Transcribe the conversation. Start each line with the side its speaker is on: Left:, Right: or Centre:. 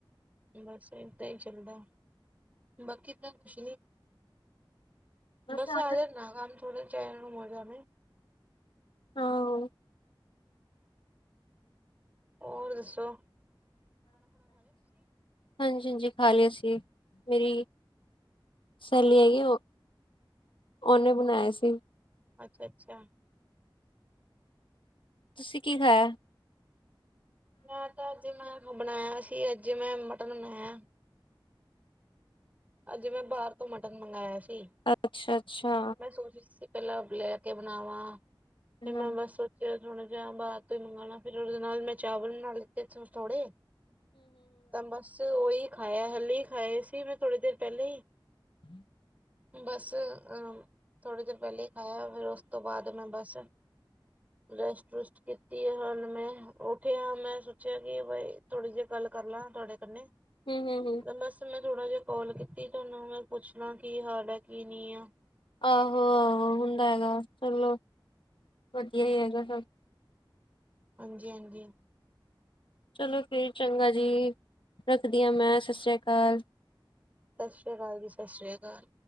Right: ਬਸ ਏਦਾਂ ਈ ਚੱਲਦਾ ਬਾਕੀ ਦਾਂ ਕੁਛ ਨੀ ਬਸ
Left: ਹਮ
Right: ਸਾਰੇ ਨਾ ਕੰਮ ਥੋੜੇ ਚਿਰ ਨੂੰ ਮੁੱਕ ਜਾਵੇ
Left: ਆਹੋ
Right: ਹੋਰ ਦੱਸੋ।
Left: ਹਾਂਜੀ-ਹਾਂਜੀ ਲਿਆ ਸੀ ਮੇਰੀ ਸਹੇਲੀ ਹੈਗੀ ਓ ਓਨੇ ਬਣਾਇਆ ਸੀ।
Right: ਅੱਛਾ-ਅੱਛਾ
Left: ਤੁਸੀਂ ਕੀ ਖਾਇਆ
Right: ਮੈਂ ਤਾਂ ਅੱਜ ਮੈਂ ਬਣਾਇਆ ਸੀ ਅੱਜ ਮੈਂ ਮਟਨ ਬਣਾਇਆ। ਅੱਜ ਮੈਂ ਬਾਰ ਤੋਂ ਮਟਨ ਮੰਗਾਇਆ ਸੀ
Left: ਅੱਛਾ-ਅੱਛਾ।
Right: ਮੈਂ ਸੋਚ ਰਈ ਸੀ। ਪੈਲਾਂ ਬਲੈ ਕੇ ਬਣਾਵਾਂ ਫੇਰ
Left: ਹੂੰ-ਹੂੰ-ਹੂੰ।
Right: ਮੈਂ ਬਸ ਕੇ ਥੋੜੇ ਦੇਹਾ ਬਾਦ ਤੇ ਮੰਗਾਣਾ ਫਿਰ ਉਹਦੇ ਨਾਲ ਮੈਂ ਚਾਵਲ ਬਣਾ ਲੇ। ਏਥੋ ਸੋੜੇ ਤਾਂ ਬਸ ਤੇ ਓਹੀ ਖਾਯਾ ਹਲੇ ਹੀ ਖਾਏ ਸੀ ਮੈਂ ਥੋੜੀ ਦੇਰ ਪੈਲੇ ਈ।
Left: <inaudible>
Right: ਬਸ ਅਹ ਥੋੜੇ ਦਿਨ ਪੈਲੇ ਖਾਇਆ ਫੇਰ ਓਸ ਤੋਂ ਬਾਦ ਮੈਂ ਬਸ ਰੈਸਟਰੁਸਟ ਕੀਤੀ ਏ, ਹੋਣ ਮੈਂ ਉੱਠਿਆ ਮੈਂ ਉਠੀ ਆ ਸੋਚਿਆ ਕਿ ਬਈ ਥੋੜ੍ਹੀ ਦੇਰ ਗੱਲ ਕਰ ਲਾਂ ਤੁਹਾਡੇ ਕਣੇ।
Left: ਹੂੰ-ਹੂੰ-ਹੂੰ।
Right: ਤੇ ਬਸ ਮੈਂ ਥੋੜਾ ਜਿਹਾ ਕੋਲ ਕੀਤੀ ਤੁਆਨੂੰ ਮੈਂ ਪੁੱਛਣਾ ਕੀ ਹਾਲ ਐ ਕੀ ਨੀ ਆ।
Left: ਆਹੋ ਆਹੋ ਹੁੰਦਾ ਹੈਗਾ, ਚਲੋ ਵਧੀਆ ਹੀ ਹੈਗਾ ਸਭ।
Right: ਹਾਂਜੀ, ਹਾਂਜੀ।
Left: ਚਲੋ ਫੇਰ ਚੰਗਾ ਜੀ ਰੱਖਦੀ ਆ ਮੈਂ ਸਤ ਸ੍ਰੀ ਕਾਲ।
Right: ਸਤ ਸ਼੍ਰੀ ਕਾਲ ਜੀ ਸਤ ਸ਼੍ਰੀ ਕਾਲ।